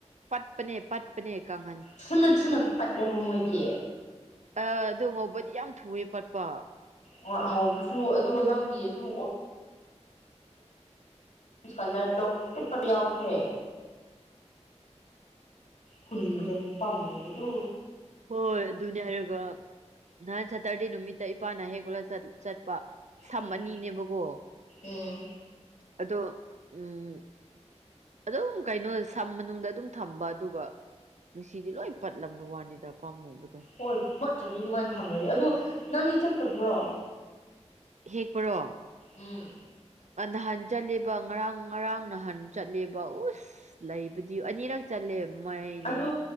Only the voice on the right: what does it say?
ꯄꯠꯄꯅꯦ ꯄꯠꯄꯅꯦ ꯀꯪ
ꯑ ꯑꯗꯣ ꯉꯧꯕꯗꯤ ꯌꯥꯝ ꯊꯨꯋꯦ ꯄꯠꯄ
ꯍꯣꯏ ꯑꯗꯨꯅꯦ ꯍꯥꯏꯔꯒ ꯅꯍꯥꯟ ꯁꯇꯔꯗꯦ ꯅꯨꯃꯤꯠꯇ ꯏꯄꯥꯅ ꯍꯦꯛꯂꯒ ꯆꯠ ꯆꯠꯄ꯫ ꯁꯝ
ꯑꯅꯤꯅꯦꯕꯀꯣ
ꯑꯗꯣ ꯎꯝ ꯑꯗꯨꯝ ꯀꯩꯅꯣ ꯁꯝ ꯃꯅꯨꯡꯗ ꯑꯗꯨꯝ ꯊꯝꯕ ꯑꯗꯨꯒ ꯉꯁꯤꯗꯤ ꯂꯣꯏ ꯄꯠꯂꯝꯕ ꯋꯥꯅꯤꯗ ꯄꯥꯝꯃꯨꯕꯗꯣ꯫
ꯍꯦꯛꯄꯔꯣ
ꯅꯍꯥꯟ ꯆꯠꯂꯦꯕ ꯉꯔꯥꯡ ꯉꯔꯥꯡ ꯅꯍꯥꯟ ꯆꯠꯂꯦꯕ ꯎꯁ ꯂꯩꯕꯗꯤ ꯑꯅꯤꯔꯛ ꯆꯠꯂꯦ ꯃꯥꯏꯅꯦ